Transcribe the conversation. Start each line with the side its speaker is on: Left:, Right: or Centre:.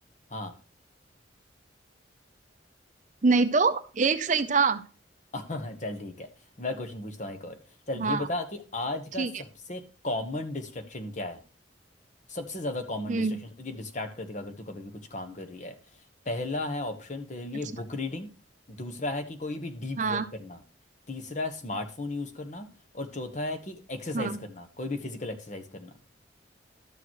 Left: हाँ
Right: नहीं तो एक सही था
Left: <laughs> चल ठीक है मैं क्वेश्चन पूछता हूँ एक और चल
Right: हाँ
Left: ये बता कि आज
Right: ठीक
Left: का सबसे
Right: है
Left: कॉमन डिस्ट्रक्शन क्या है सबसे ज़्यादा कॉमन
Right: हम्म
Left: डिस्ट्रैक्शन तुझे डिस्ट्रैक्ट कर देगा अगर तू कभी भी कुछ काम कर रही है पहला है ऑप्शन तेरे लिए
Right: अच्छा
Left: बुक रीडिंग दूसरा है कि कोई भी डीप
Right: हाँ
Left: वर्क करना तीसरा है स्मार्टफोन यूज़ करना और चौथा है कि एक्सरसाइज
Right: हाँ
Left: करना कोई भी फिजिकल एक्सरसाइज करना